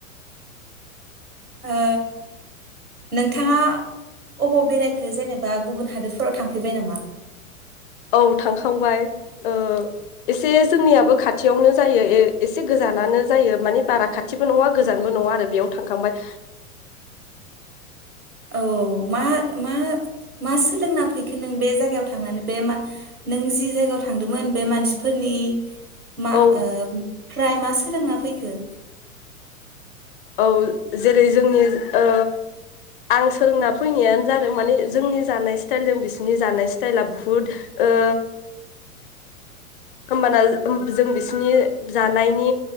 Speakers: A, on the right; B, on the left.
A: ओ नोंथाङा अबाव बेरायखो जेनेबा गुबुन हादोरफोर थांफेरबाय नामा?
B: औ थांखांबाय ओ एसे जोंनियाबो खाथियावनो जायो एसे गोजानानो जायो माने बारा खाथिबो नङा गोजानबो नङा आरो बेयाव थांखांबाय
A: औ औ औ मा मा मा सोलोंना फैखो नों बे जागायाव थांनानै बे मा नों जि जायगायाव थांदोंमोन बे मानसिफोरनि मा
B: औ
A: ओ प्राय मास लोंना फैखो?
B: औ जेरै जोंनि ओ आं सोलोंना फैनायानो जादों माने जोंनि जानाय स्टाइलजों बिसिनि जानाय स्टाइला बुहुद ओ होमबाना जों बिसिनि जानायनि